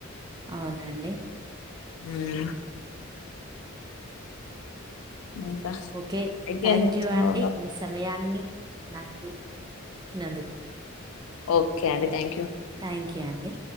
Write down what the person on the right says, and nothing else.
అవునండి
ఓకే
థ్యాంక్యూ
అండి మీ సమయాన్ని నాకు ఇచ్చినందుకు,
థ్యాంక్యూ అండి